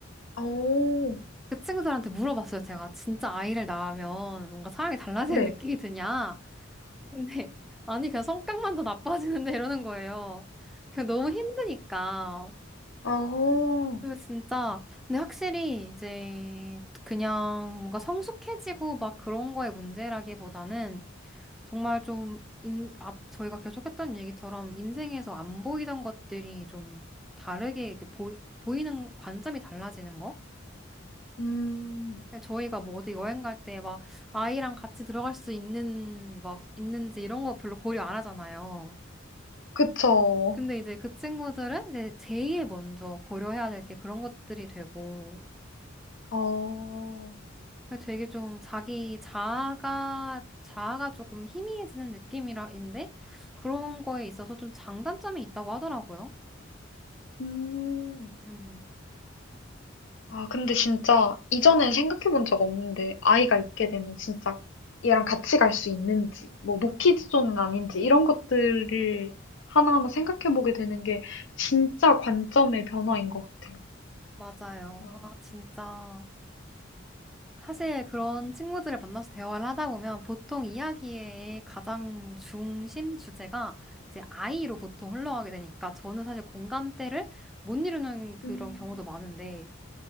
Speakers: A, on the left; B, in the centre.
A: 오,
B: 그 친구들한테 물어봤어요. 제가 진짜 아이를 낳으면 뭔가 사람이 달라지는
A: 네.
B: 느낌이 드냐? 근데 아니 그냥 성격만 더 나빠지는데 이러는 거예요. 그냥 너무 힘드니까.
A: 어,
B: 그 진짜 근데 확실히 이제 그냥 뭔가 성숙해지고 막 그런 거의 문제라기보다는 정말 좀 인, 앞, 저희가 계속했던 얘기처럼 인생에서 안 보이던 것들이 좀 다르게 이렇게 보이, 보이는 관점이 달라지는 거?
A: 음,
B: 저희가 뭐 어디 여행 갈 때 막 아이랑 같이 들어갈 수 있는 막 있는지 이런 거 별로 고려 안 하잖아요.
A: 그쵸.
B: 근데 이제 그 친구들은 이제 제일 먼저 고려해야 될 게 그런 것들이 되고
A: 어,
B: 근데 되게 좀 자기 자아가, 자아가 조금 희미해지는 느낌이라인데, 그런 거에 있어서 좀 장단점이 있다고 하더라고요.
A: 음.
B: 음,
A: 아, 근데 진짜 이전엔 생각해 본 적 없는데 아이가 있게 되면 진짜 얘랑 같이 갈 수 있는지 뭐 노키즈
B: 맞아요.
A: 존은 아닌지 이런 것들을 하나하나 생각해 보게 되는 게 진짜 관점의 변화인 것 같아요.
B: 맞아요.
A: 아,
B: 아, 진짜. 사실 그런 친구들을 만나서 대화를 하다 보면 보통 이야기의 가장 중심 주제가 이제 아이로 보통 흘러가게 되니까 저는 사실 공감대를 못 이루는 그런
A: 음.
B: 경우도 많은데